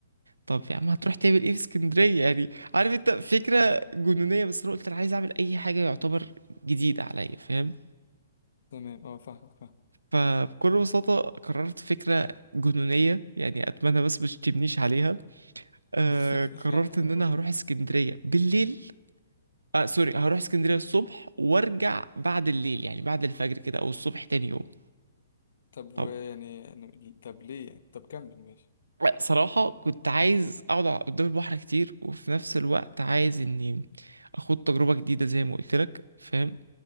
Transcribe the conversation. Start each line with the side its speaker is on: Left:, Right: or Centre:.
Right: طب يا عم هتروح تعمل ايه في اسكندرية يعني عارف انت فكرة جنونية بس انا قلت انا عايز اعمل اي حاجة يعتبر جديدة عليا فاهم
Left: تمام اه فاهم فاهم
Right: فبكل بساطة قررت فكرة جنونية يعني اتمنى بس مش تبنيش عليها آه
Left: <laughs>
Right: قررت
Left: لا لا
Right: ان انا
Left: قول
Right: هروح اسكندرية بالليل آه سوري هروح اسكندرية الصبح وارجع بعد الليل يعني بعد الفجر كده او الصبح تاني يوم
Left: طب
Right: طب
Left: ويعني أنا- طب ليه يعني طب كمل ماشي
Right: صراحة كنت عايز اقعد على- قدام البحر كتير وفي نفس الوقت عايز اني اخد تجربة جديدة زي ما قلت لك فاهم